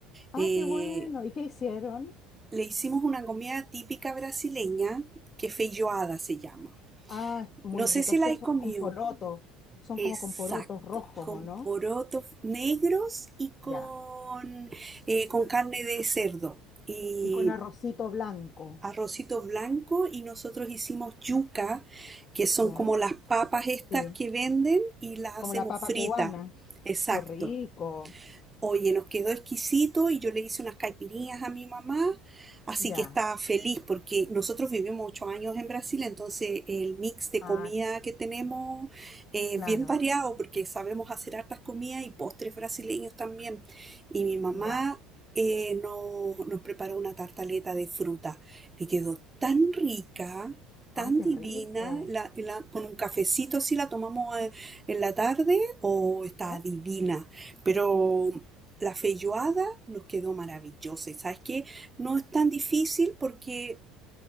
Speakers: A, on the left; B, on the right.
A: Ah,
B: Eh,
A: qué bueno. ¿Y qué hicieron?
B: le hicimos una comida típica brasileña que feijoada se llama.
A: Ah, muy
B: No
A: rico.
B: sé si
A: Esos
B: la has comido.
A: son con porotos. Son como
B: Exacto,
A: con porotos rojos,
B: con
A: ¿o no?
B: porotos negros y con,
A: Ya.
B: eh, con carne de cerdo. Y
A: Y con arrocito blanco.
B: arrocito blanco y nosotros hicimos yuca, que son
A: ¿Ya?
B: como las papas estas
A: Sí.
B: que venden y las hacemos
A: Como la papa
B: fritas.
A: cubana.
B: Exacto.
A: Qué rico.
B: Oye, nos quedó exquisito y yo le hice unas caipirinhas a mi mamá, así
A: Ya.
B: que estaba feliz porque nosotros vivimos ocho años en Brasil, entonces el mix de
A: Ah,
B: comida que tenemos es
A: claro.
B: bien variado porque sabemos hacer hartas comidas y postres brasileños también. Y mi mamá
A: Ya.
B: eh, no- nos preparó una tartaleta de fruta, que quedó tan rica tan
A: Ah, qué
B: divina,
A: rico.
B: la, la- con un cafecito si la tomamos eh, en la tarde, o está
A: ¿Ya?
B: divina. Pero la feijoada nos quedó maravillosa. Y sabes que no es tan difícil porque